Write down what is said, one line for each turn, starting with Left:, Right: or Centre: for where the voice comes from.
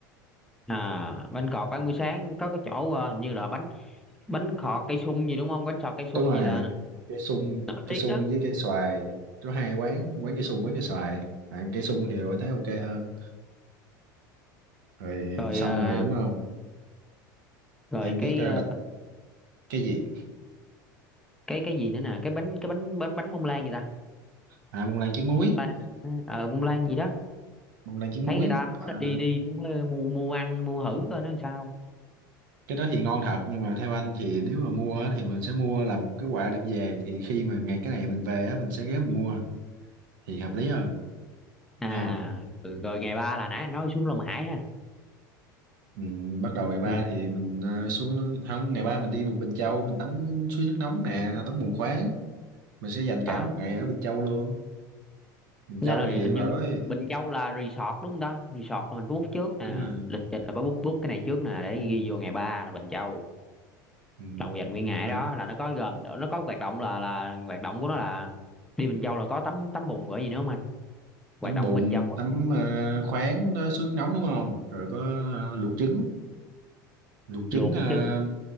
Centre: à bánh cọt bán
Right: À,
Centre: buổi sáng có cái chỗ ờ, hình như là bánh bánh khọt cây sung gì đúng không bánh khọt cây sung
Right: đúng rồi
Centre: gì là
Right: cây sung
Centre: nổi
Right: cây
Centre: tiếng
Right: sung
Centre: đó
Right: với cây xoài có hai quán quán cây sung quán cây xoài à, cây sung thì anh thấy ok hơn rồi
Centre: rồi
Right: xong
Centre: ờ,
Right: rồi đúng không
Centre: rồi
Right: em
Centre: cái
Right: biết ờ,
Centre: ờ,
Right: bạch cái gì
Centre: cái cái gì nữa nè cái bánh cái bánh bánh bánh bông lan gì ta
Right: à bông lan trứng muối
Centre: bông lan ờ ờ, bông lan gì đó
Right: bông lan trứng
Centre: thấy
Right: muối
Centre: người ta nói
Right: Ờ,
Centre: là đi đi cũng ờ, mua mua ăn mua thử coi nó làm sao
Right: cái đó thì ngon thật nhưng mà theo anh thì nếu mà mua á, thì mình sẽ mua làm cái quà đem về thì khi mà ngày cái này mình về á, mình sẽ ghé mình mua thì hợp lý hơn
Centre: à
Right: đúng không
Centre: ừ, rồi ngày ba là nãy anh nói xuống Long Hải ha
Right: Ừ, bắt đầu ngày ba
Centre: ừ.
Right: thì mình ờ, xuống không ngày ba mình đi Bục Bình Châu mình tắm suối nước nóng nè tắm bùn khoáng mình sẽ dành cả
Centre: À,
Right: một ngày ở Bình Châu luôn Bình
Centre: nó
Right: Châu
Centre: là
Right: thì
Centre: hình
Right: vào
Centre: như
Right: đó thì-
Centre: Bình Châu là resort đúng không ta resort là mình phải book trước nè
Right: đúng rồi
Centre: lịch trình là phải book book cái này trước nè để ghi vô ngày ba là Bình Châu
Right: ừ,
Centre: là dành nguyên
Right: mình
Centre: ngày
Right: phải
Centre: đó là nó có gồm nó có hoạt động là là hoạt động của nó là đi Bình Châu là có tắm tắm bùn gọi gì nữa không anh hoạt
Right: tắm
Centre: động
Right: bùn
Centre: ở Bình Châu
Right: tắm
Centre: á
Right: ờ, khoáng đó, suối nước nóng đúng không rồi có ờ, luộc trứng luộc
Centre: luộc
Right: trứng ờ,
Centre: trứng